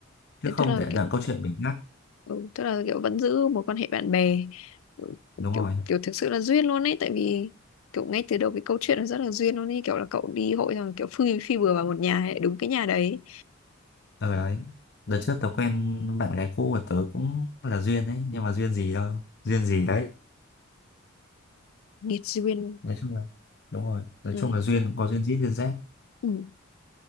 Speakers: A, on the left; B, on the left.
A: chứ
B: Thế
A: không
B: tức là
A: để
B: kiểu
A: đoạn câu chuyện bị ngắt
B: ừ, tức là kiểu vẫn giữ một quan hệ bạn bè Ừ,
A: đúng
B: kiểu
A: rồi
B: kiểu thực sự là duyên luôn ấy tại vì kiểu ngay từ đầu cái câu chuyện nó rất là duyên luôn ấy kiểu là cậu đi hội rồi kiểu phi phi bừa vào một nhà ấy, đúng cái nhà đấy
A: ở đấy đợt trước tớ quen bạn gái cũ của tớ cũng là duyên đấy nhưng mà duyên gì đâu duyên gì đấy
B: nghiệt duyên
A: nói chung là đúng rồi nói
B: ừ.
A: chung là duyên có duyên dít duyên rét
B: Ừ.